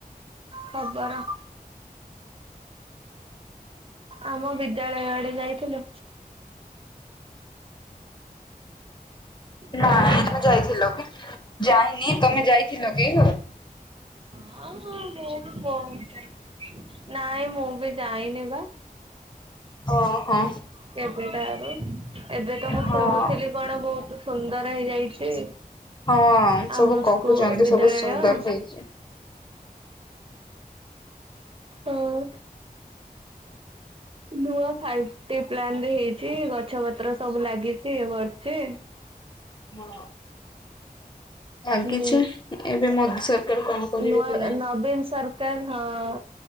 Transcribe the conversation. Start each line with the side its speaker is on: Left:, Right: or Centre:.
Right: ଖବର। ଆମ ବିଦ୍ୟାଳୟ ଆଡେ ଯାଇଥିଲୁ? ହାଲୋ।
Left: ନାଇଁ ମୁଁ ଯାଇଥିଲ କି? ଯାଇନି ତମେ ଯାଇଥିଲ କି?
Right: ହଁ ମୁଁ ବି ବଉ ନାଇଁ ମୁଁ ବି ଯାଇନି ବା।
Left: ଓହୋ
Right: କେବେଟାରୁ। ଏବେ ତ ମୁଁ
Left: ହଁ
Right: ଶୁଣୁଥିଲି କଣ ବହୁତ ସୁନ୍ଦର ହେଇଯାଇଛି।
Left: ହଁ ସବୁ
Right: ଆମ
Left: କହୁଛନ୍ତି,
Right: ସ୍କୁ ବିଦ୍ୟାଳୟ
Left: ସବୁ ସୁନ୍ଦର ହେଇଛି।
Right: ହୁଁ। ନୂଆ ଫାଇପ୍ ଟି ପ୍ଲାନରେ ହେଇଛି। ଗଛ ପତ୍ର ସବୁ ଲାଗିଛି ଇଏ କରିଛି।
Left: ହଁ। ଆ
Right: ହୁଁ
Left: କିିଛି। ଏବେ ମୋଦି ସରକାର କଣ କରିବେ
Right: ନୂଆ,
Left: କେଜାଣି।
Right: ନବୀନ ସରକାର ହଁ।